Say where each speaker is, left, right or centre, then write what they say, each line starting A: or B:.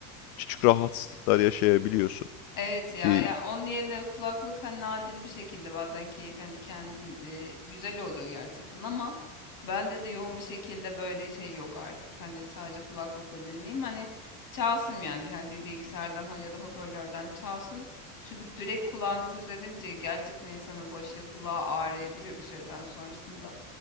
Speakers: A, on the left (about 70°); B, on the left (about 45°).
A: küçük rahatsızlıklar yaşayabiliyorsun.
B: Evet ya
A: Ki
B: ya onun yerine kulaklık hani nadir bir şekilde bazen keyif yani kendin e, güzel oluyor gerçekten ama bende de yoğun bir şekilde böyle şey yok artık hani sadece kulaklıkla dinleyeyim hani çalsın yani, yani bir bilgisayardan ha- ya da hoparlörden çalsın çünkü direkt kulağa nüfuz edince gerçekten insanın başı kulağı ağrıyabiliyor bir süreden sonrasında.